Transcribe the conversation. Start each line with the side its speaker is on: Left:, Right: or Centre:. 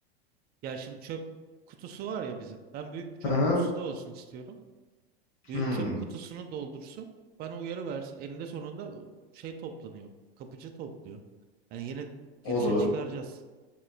Right: Ya şimdi çöp kutusu var ya bizim. Ben büyük bir çöp
Left: Hı hı.
Right: kutusu da olsun istiyorum. Büyük
Left: Hmm,
Right: çöp kutusunu doldursun. Bana uyarı versin. Elinde sonunda şey toplanıyor. Kapıcı topluyor. Yani yine girişe
Left: olur.
Right: çıkaracağız.